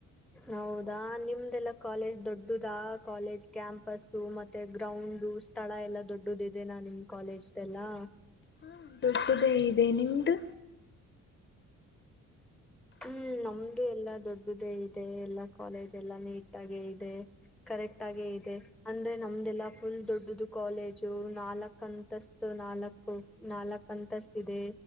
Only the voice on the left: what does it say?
ಹ್ಮ ದೊಡ್ಡದೇ ಇದೆ ನಿಮ್ದು.